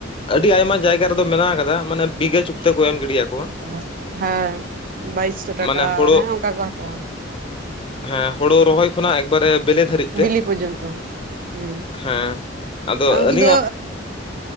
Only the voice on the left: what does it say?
ᱟᱹᱰᱤ ᱟᱭᱢᱟ ᱡᱟᱭᱜᱟ ᱨᱮ ᱫᱚ ᱢᱮᱱᱟᱜ ᱟᱠᱟᱫᱟ ᱢᱟᱱᱮ ᱵᱤᱜᱷᱟᱹ ᱪᱩᱠᱛᱟᱹ ᱠᱚ ᱮᱢ ᱜᱤᱰᱤᱭᱟᱠᱚᱣᱟ
ᱢᱟᱱᱮ ᱦᱳᱲᱳ
ᱦᱮᱸ ᱦᱩᱲᱩ ᱨᱚᱦᱚᱭ ᱠᱷᱚᱱᱟᱜ ᱮᱠᱵᱟᱨᱮ ᱵᱮᱞᱮ ᱫᱷᱟᱨᱤᱡ ᱛᱮ
ᱦᱮᱸ ᱟᱫᱚ
ᱟ...